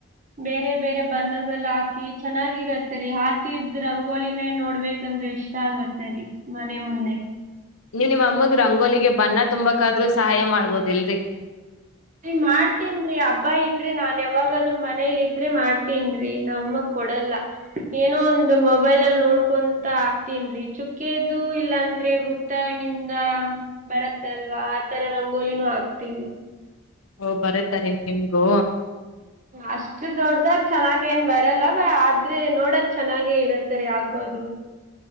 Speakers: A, on the right; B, on the left.
A: ಬೇರೆ ಬೇರೆ ಬಣ್ಣಗಳು ಹಾಕಿ ಚೆನ್ನಾಗಿರತ್ತ ರೀ ಹಾಕಿ ಇದ ರಂಗೋಲಿನೇ ನೋಡ್ಬೇಕಂದ್ರೆ ಇಷ್ಟ ಇಷ್ಟ ಆಗುತ್ತೆ ರಿೀ ಮನೆ ಮುಂದೆ
B: ನೀವ್ ನಿಮ್ ಅಮ್ಮಗ್ ರಂಗೋಲಿಗೆ ಬಣ್ಣ ತುಂಬಕದ್ರೂ ಸಹಾಯ ಮಾಡ್ಬೋದಿಲ್ರಿ
A: ಮಾಡ್ತೀನ್ ರೀ ಹಬ್ಬಾ ಇದ್ರೆ ನಾನ್ ಯಾವಾಗಾದ್ರು ಮನೇಲಿ ಇದ್ರೆ ಮಾಡ್ತೇನ್ ರೀ ನಮ್ಮ ಕೊಡಲ್ಲ ಏನೋ ಒಂದು ಮೊಬೈಲ್ ಅಲ್ಲಿ ನೋಡ್ಕೊಂತ ಆಕ್ತಿನ್ರಿ ಚುಕ್ಕಿದುು ಇಲ್ಲಾಂದ್ರೆ ವೃತ್ತ ತನಿಂದ ಬರತ್ತಲ್ವಾ ಆತರ ರಂಗೋಲಿ ನು ಹಾಕ್ತಿನಿ
B: ಓ ಬರುತ್ತಾ ನಿಮಗೂ
A: ಅಷ್ಟ ದೊಡ್ಡ್ದಾಗ ಚೆನ್ನಾಗ ಏನ್ ಬರಲ್ಲ ಬ ಆದ್ರೆ ನೋಡಕ್ ಚೆನ್ನಾಗೇ ಇರತ್ತರಿೀ ಹಾಕೋದು